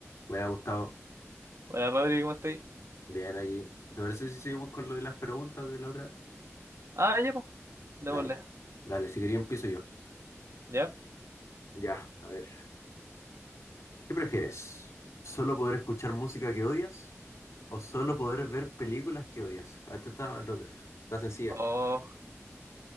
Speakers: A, on the left (about 85°); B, on the right (about 65°).
A: Buena, Gustavo.
B: Hola Rodri, ¿cómo estáis?
A: Bien aquí. ¿Te parece si seguimos con lo de las preguntas de la otra? vez?
B: Ah, ya, pues. Démosle.
A: Dale, dale, si quería empiezo yo.
B: Ya.
A: Ya, a ver. ¿Qué prefieres? ¿Solo poder escuchar música que odias o solo poder ver películas que odias? Ah, Esta está loca, está sencilla,
B: Oh.
A: sí.